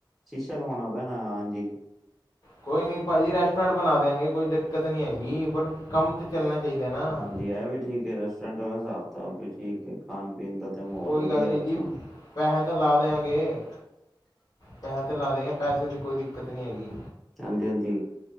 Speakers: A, in the centre; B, on the left (about 50°).
A: ਸ਼ੀਸ਼ਾ ਲਵਾਣਾ ਕਹਿੰਦਾ ਹਾਂਜੀ।
B: ਕੋਈ ਨੀ ਭਾਜੀ ਰੈਸਟੋਰੈਂਟ ਬਣਾ ਦਿਆਂਗੇ, ਕੋਈ ਦਿੱਕਤ ਨਹੀਂ ਹੈਗੀ, ਪਰ ਕੰਮ ਤੇ ਚੱਲਣਾ ਚਾਹੀਦਾ ਨਾ।
A: ਹਾਂਜੀ ਇਹ ਵੀ ਠੀਕ ਏ ਰੈਸਟੋਰੈਂਟ ਵਾਲਾ ਸਾਬ ਕਤਾਬ ਵੀ ਠੀਕ ਐ, ਖਾਣ ਪੀਣ ਦਾ ਤੇ ਮਾਹੌਲ
B: ਕੋਈ
A: ਵਧੀਆ
B: ਗੱਲ ਨਹੀਂ
A: ਉੱਥੇ।
B: ਜੀ ਪੈਸੇ ਤਾਂ ਲਾ ਦਿਆਂਗੇ, ਪੈਸੇ ਤੇ ਲਾ ਦਿਆਂਗੇ, ਪੈਸੇ ਦੀ ਕੋਈ ਦਿੱਕਤ ਨਹੀਂ ਹੈਗੀ।
A: ਹਾਂਜੀ- ਹਾਂਜੀ।